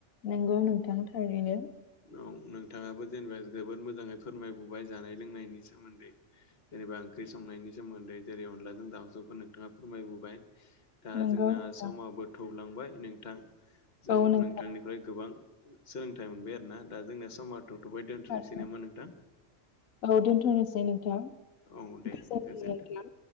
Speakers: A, on the left; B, on the left.
A: नोंगौ नोंथां थारैनो
B: औ नोंथाङाबो जेनेबा जोबोद मोजाङै फोरमायबोबाय जानाय लोंनायनि सोमोन्दै जेनेबा ओंख्रि संनायनि सोमोन्दै जेरै अनदलाजों दाउसौखौ नोंथाङा फोरमायबोबाय दा
A: नंगौ
B: जोंना
A: नोंथां
B: समाव बो थौलांबाय नोंथां जों
A: औ नोंथां
B: नोंथांनिफ्राय गोबां सोलोंथाइ मोनबाय आरोना दा जोंनिया समारथ थौबाय दोनथनोसै
A: थारैनो
B: नामा नोंथां
A: औ दोनथनोसै नोंथां
B: औ दे
A: गोजोनथों
B: गोजोन्थों
A: नोंथां